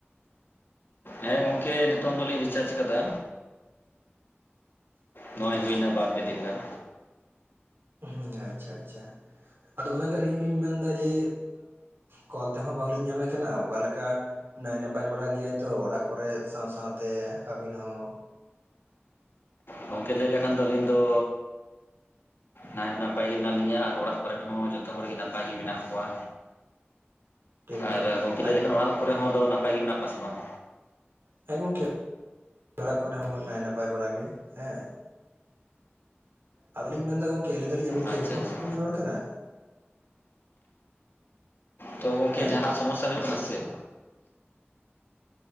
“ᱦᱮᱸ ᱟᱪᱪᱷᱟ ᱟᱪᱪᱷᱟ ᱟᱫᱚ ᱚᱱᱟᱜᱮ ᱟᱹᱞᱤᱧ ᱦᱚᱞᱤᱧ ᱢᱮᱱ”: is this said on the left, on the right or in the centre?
Right